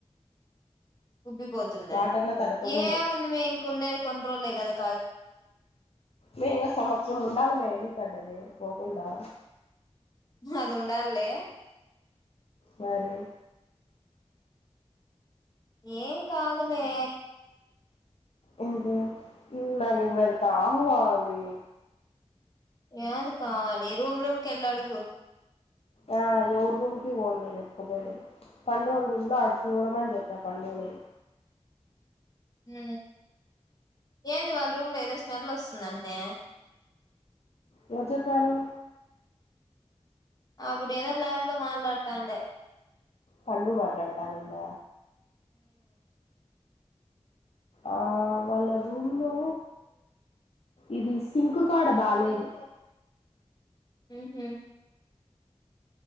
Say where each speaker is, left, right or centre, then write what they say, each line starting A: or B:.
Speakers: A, on the left; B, on the left.
A: ఉబ్బిపోతుందా
B: వాటర్లో తడపకూడదు
A: ఏముంది మేము ఉండేది ఇంకా కొన్ని రోజులేగా కద
B: మేంగా సంవత్సరం ఉండాలి మేడి కట్టద పోకుండా
A: అదిండలే
B: మరి
A: ఏం కాదులే
B: ఇంత ఇలా కావాలి
A: ఏది కావాలి రూమ్ రూమ్కి వెళ్ళి అడుగు
B: ఆ ఎవరు రూమ్కి ఫోను వెతకడానికి పండుగల రూమ్ లో అటు చూడమని చెప్పా పండుగని
A: హ ఏంది వాళ్ళ రూమ్ లో ఏదో స్మెల్ వస్తుంది నన్నే
B: ఎవరు చెప్పారు
A: ఆబ ప్పు ఏదో లా్యాబ్ లో మాట్లాడుతాంట
B: పండు మాట్లాడతానిందా ఆ వాళ్ళ రూమ్ లో ఇది సింకు కాడ బాాలేదు
A: హ